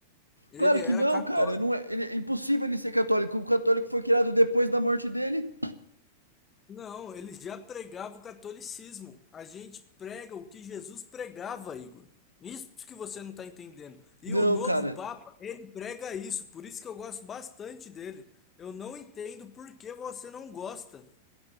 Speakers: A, on the left (about 20°); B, on the right (about 85°).
A: Ele
B: Claro que
A: era
B: não,
A: católico.
B: cara. Não é, ele- é impossível ele ser católico. O católico foi criado depois da morte dele.
A: Não, ele já pregava o catolicismo. A gente prega o que Jesus pregava, Igor. Isso que você não está entendendo. E
B: Não,
A: o novo
B: cara.
A: Papa, ele prega isso. Por isso que eu gosto bastante dele. Eu não entendo por que você não gosta.